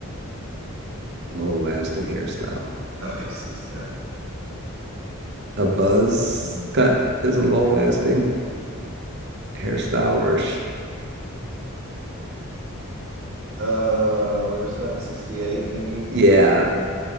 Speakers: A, on the right; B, on the right.
A: Long lasting hairstyle.
B: oh, aces. Yeah.
A: A buzz
B: Mhm.
A: cut is a long lasting hairstyle or sh
B: Uh, where's that? 68, maybe?
A: yeah,
B: Uh,